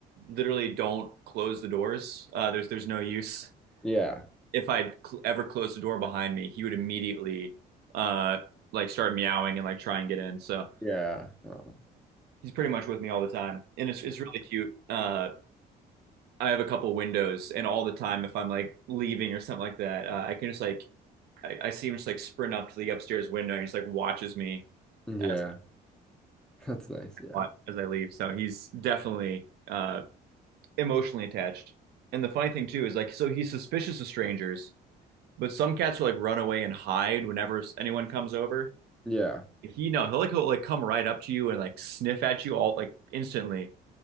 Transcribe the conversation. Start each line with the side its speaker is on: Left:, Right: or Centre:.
Right: literally don't close the doors. Uh there's there's no use.
Centre: Yeah.
Right: If I cl- ever closed the door behind me, he would immediately uh like start meowing and like try and get in. So
Centre: Yeah. Oh,
Right: he's pretty much with me all the time. And it's it's
Centre: yeah.
Right: really cute. Uh I have a couple windows and all the time if I'm like leaving or something like that, uh, I can just like I, I see him just like sprint up to the upstairs window and he just like watches me
Centre: Yeah.
Right: as
Centre: <laughs> That's nice. Yeah.
Right: I, as I leave. So he's definitely uh, emotionally attached. And the funny thing too is like, so he's suspicious of strangers, but some cats will like run away and hide whenever anyone comes over.
Centre: Yeah.
Right: He no, he'll like he'll, like come right up to you and like sniff at you all like instantly.